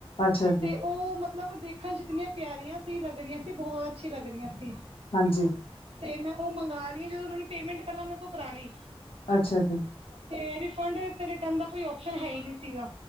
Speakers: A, on the left; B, on the right.
A: ਅੱਛਾ ਜੀ
B: ਤੇ ਉਹ ਮਤਲਬ ਦੇਖਣ 'ਚ ਕਿਤਨੀਆਂ ਪਿਆਰੀਆਂ ਸੀ ਲੱਗ ਰੀਆ ਬਹੁਤ ਅੱਛੀ ਲੱਗ ਰਹੀਆਂ ਸੀ।
A: ਹਾਂਜੀ।
B: ਤੇ ਮੈਂ ਉਹ ਮੰਗਾ ਲਈ ਜਦੋਂ ਉਹਨਾਂ ਨੇ ਪੇਮੈਂਟ ਪਹਿਲਾਂ ਮੇਰੇ ਕੋ ਕਰਾ ਲਈ।
A: ਅੱਛਾ ਜੀ।
B: ਤੇ ਰਿਫੰਡ ਤੇ ਰਿਟਰਨ ਦਾ ਕੋਈ ਓਪਸ਼ਨ ਹੈ ਹੀ ਨਹੀਂ ਸੀਗਾ।